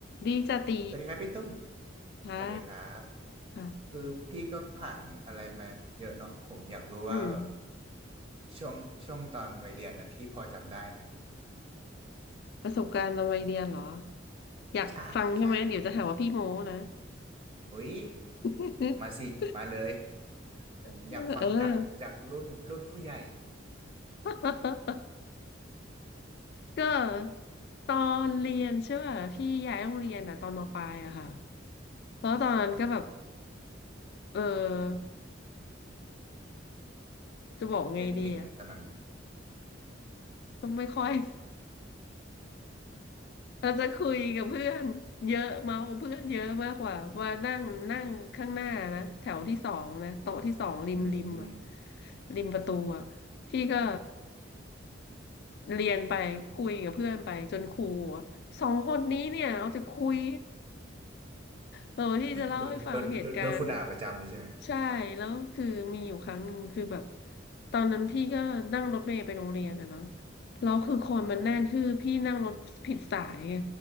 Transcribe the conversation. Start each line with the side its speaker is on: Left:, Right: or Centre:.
Left: ดีจะตี
Right: สวัสดีครับพี่ตุ้ม
Left: ค่ะ
Right: สวัสดีครับ
Left: ค่ะ
Right: คือพี่ก็ผ่านอะไรมาเยอะเนาะผมอยากรู้ว่าแบบ
Left: อืม
Right: ช่วงช่วงตอนวัยเรียนนะพี่พอจำได้ไหม
Left: ประสบการณ์ตอนวัยเรียนเหรออยากฟังใช่ไหมเดี๋ยวจะหาว่าพี่โม้นะ
Right: ใช่ใช่อุ๊ย
Left: <laughs>
Right: มาสิมาเลย ผมอยากฟังจากจากรุ่นรุ่นผู้ใหญ่
Left: เออ <laughs> ก็ตอนเรียนใช่ป่ะพี่ย้ายโรงเรียนอ่ะตอนมปลายอะค่ะแล้วตอนนั้นก็แบบ
Right: อืม
Left: เออจะบอกไงดีอะ
Right: เรียนเก่งไหมตอนนั้น
Left: ก็ไม่ค่อย <laughs> เราจะคุยกับเพื่อนเยอะเมากเพื่อนเยอะมากกว่าว่านั่งนั่งข้างหน้านะแถวที่สองนะโต๊ะที่สองริมริมอะ
Right: <laughs> อืม
Left: ริมประตูอะพี่ก็เรียนไปคุยกับเพื่อนไปจนครูอะสองคนนี้เนี่ยเอาจะคุย เออที่จะเล่าให้ฟังเหตุการณ์
Right: โดนโดนโดนโดนครูด่าประจำเลยใช่ไหม
Left: ใช่แล้วคือมีอยู่ครั้งหนึ่งคือแบบตอนนั้นพี่ก็นั่งรถเมล์ไปโรงเรียนอะเนาะแล้วคือคนมันแน่นคือพี่นั่งรถผิดสายไง
Right: ครับ